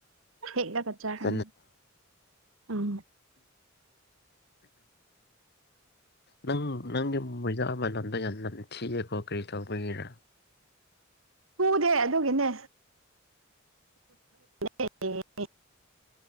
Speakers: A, on the right; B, on the left.
A: ꯍꯦꯛꯂꯒ ꯆꯥꯒꯅꯤ
B: <unintelligible>
A: ꯎꯝ
B: ꯅꯪ ꯅꯪꯒꯤ ꯃꯣꯏꯖꯥ ꯃꯅꯝꯗꯣ ꯌꯥꯝ ꯅꯝꯊꯤꯑꯦꯕꯣ ꯀꯔꯤ ꯇꯧꯕꯒꯤꯔꯥ
A: <unintelligible> ꯑꯗꯨꯒꯤꯅꯦ <unintelligible>